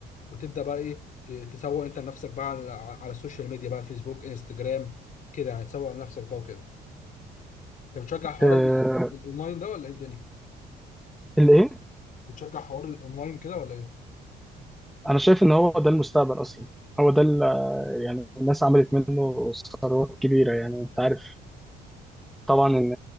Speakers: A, on the left; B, in the centre.
A: وتبدا بقى ايه ت- تسوق انت لنفسك بقى على على السوشيال ميديا بقى فيسبوك انستجرام كده يعني تسوق لنفسك بقى وكده انت بتشجع حوار
B: آه
A: ال- الاونلاين ده ولا ايه الدنيا
B: الايه
A: بتشجع حوار الاونلاين كده ولا ايه
B: انا شايف ان هو ده المستقبل اصلا هو ده ال- يعني الناس عملت منه ثروات كبيره يعني انت عارف طبعا ان